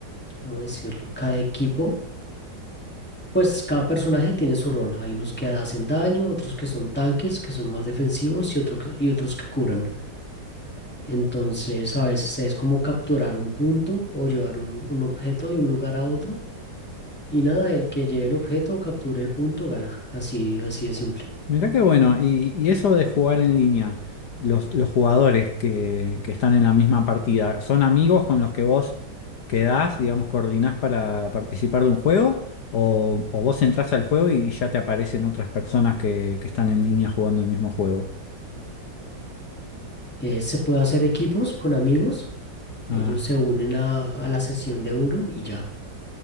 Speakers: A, in the centre; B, on the left.
A: ¿cómo decirlo? Cada equipo. Pues cada personaje tiene su rol. Hay unos que hacen daño, otros que son tanques, que son más defensivos y, otro que- y otros que curan. Entonces a veces es como capturar un punto o llevar un, un objeto de un lugar a otro. Y nada, el que lleve el objeto o capture el punto gana. Así, así de simple.
B: Mirá qué bueno, y, y eso de jugar en línea, los, los jugadores que, que están en la misma partida, ¿son amigos con los que vos quedás, digamos, coordinás para participar de un juego? ¿O, o vos entrás al juego y, ya te aparecen otras personas que, que están en línea jugando el mismo juego?
A: Eh, se puede hacer equipos con amigos. Ellos
B: Ah,
A: se unen a, a la sesión de uno y ya.